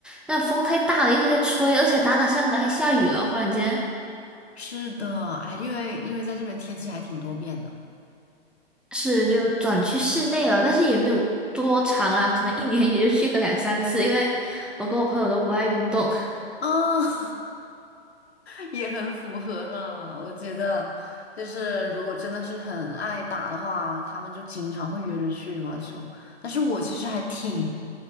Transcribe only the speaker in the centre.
那风太大了，一直在吹，而且打打下可能还下雨了，忽然间
是就转去室内了，但是也没有多长啦，可能一年也就去个两三次，因为我跟我朋友都不爱运动。